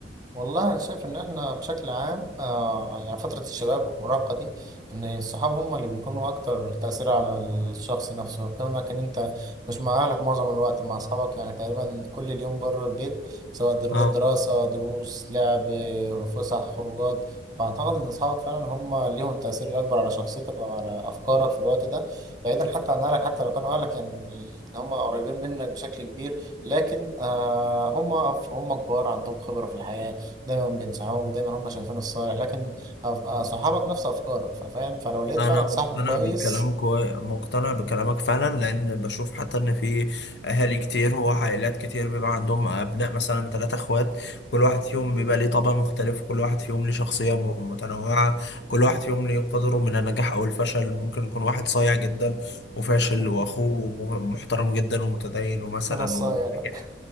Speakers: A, on the right; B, on the left.
A: والله أنا شايف إن إحنا بشكل عام آه يعني فترة الشباب والمراهقة دي إن الصحاب هم اللي بيكونوا أكتر تأثير على الشخص نفسه كونك إن أنت مش مع أهلك معظم الوقت مع أصحابك يعني تقريبا كل اليوم بره البيت سواء درو-
B: آه.
A: دراسة دروس لعب آه، فسح خروجات فأعتقد إن أصحابك فعلا هم ليهم التأثير الأكبر على شخصيتك أو على أفكارك في الوقت ده بعيدا حتى عن أهلك حتى لو كانوا أهلك يعني هم قريبين منك بشكل كبير لكن آه هم هم كبار عندهم خبرة في الحياة دايما بينصحوك دايما هم شايفين الصالح لكن أف- آه، صحابك نفس افكارك فاهم فلو لقيت
B: انا
A: فعلا
B: مقتنع
A: صاحب كويس
B: بالكلامك و- مقتنع بكلامك فعلا لان بشوف حتى ان في اهالي كتير وعائلات كتير بيبقى عندهم ابناء مثلا ثلاثة اخوات كل واحد فيهم بيبقى ليه طبع مختلف كل واحد فيهم ليه شخصية م- متنوعة كل واحد فيهم ليه قدره من النجاح او الفشل ممكن يكون واحد صايع جدا وفاشل
A: <laughs>
B: واخوه مه- محترم جدا ومتدين ومثلا
A: انا الصايع
B: وناجح
A: ده